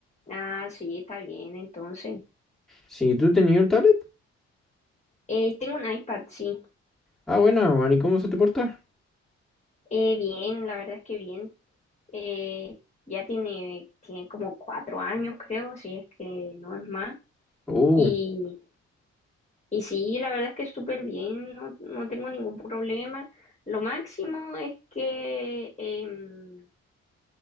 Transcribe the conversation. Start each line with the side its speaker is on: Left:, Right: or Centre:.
Left: Ah, sí, está bien, entonces.
Centre: Si tú tenías un tablet,
Left: Eh, tengo un iPad, sí.
Centre: ah, bueno, bueno, ¿y cómo se te porta?
Left: Eh, bien, la verdad es que bien. Eh, ya tiene, tiene como cuatro años, creo, si es que no es más.
Centre: Uh,
Left: Y, y sí, la verdad es que súper bien, no, no tengo ningún problema. Lo máximo es que em,